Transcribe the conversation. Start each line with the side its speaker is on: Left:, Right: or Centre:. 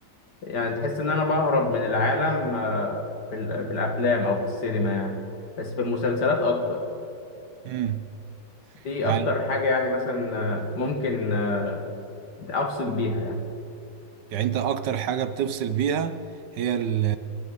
Left: يعني تحس ان انا بهرب من العالم آه، في ال- في الافلام او في السينما يعني بس في المسلسلات اكتر
Right: امم
Left: دي
Right: يعني
Left: اكتر حاجه يعني مثلا آه، ممكن آه، افصل بيها يعني
Right: يعني انت اكتر حاجة بتفصل بيها هي ال-